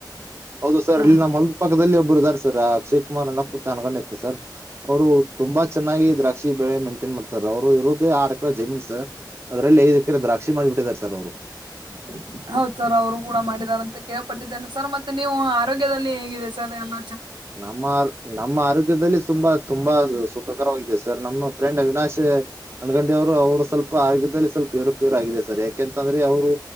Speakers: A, on the right; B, on the right.
A: ಹೌದು ಸರ್
B: ಹಾ
A: ಇಲ್ಲಿ ನಮ್ಮ ಹೊಲ್ ಪಕ್ಕದಲ್ಲಿ ಒಬ್ಬರು ಇದಾರೆ ಸರ್ ಆ ಅಕ್ಷಯ ಕುಮಾರ್ ಅನ್ನ ಅಪ್ಪು ಚ ಕೊಂಡ ಇತ್ತ ಸರ್ ಅವ್ರು ತುಂಬಾ ಚೆನ್ನಾಗಿ ದ್ರಾಕ್ಷಿ ಬೆಳೆ ಮೇಂಟೈನ್ ಮಾಡ್ತಾರೆ ಅವರು ಇರದೇ ಆರ್ ಎಕರೆ ಜಮೀನ್ ಸರ್ ಅದ್ರಲ್ಲಿ ಐದು ಎಕರೆ ದ್ರಾಕ್ಷಿ ಮಾಡಿಬಿಟ್ಟಿದ್ದಾರೆ ಸರ್ ಅವ್ರು
B: ಹ್ಮ ಹೌದ ಸರ್ ಅವರು ಕೂಡ ಮಾಡಿದಾರ ಅಂತ ಕೇಳ್ಪಟ್ಟಿದ್ದೇನೆ ಸರ್ ಮತ್ತೆ ನೀವು ಆರೋಗ್ಯದಲ್ಲಿ ಹೇಗಿದೆ ಸರ್ ಎಲ್ಲ
A: ನಮ್ಮ ನಮ್ಮ ಆರೋಗ್ಯದಲ್ಲಿ ತುಂಬಾ ತುಂಬಾ ಸು ಉಪಕಾರವಾಗಿದೆ ಸರ್ ನಮ್ಮ ಫ್ರೆಂಡ್ ಅವಿನಾಶ್ ಅಣಗಂಡಿ ಅವರು ಅವ್ರು ಸ್ವಲ್ಪ ಆರೋಗ್ಯದಲ್ಲಿ ಸ್ವಲ್ಪ ಏರುಪೇವರು ಆಗಿದೆ ಸರ್ ಯಾಕೆಂತಂದ್ರೆ ಅವ್ರು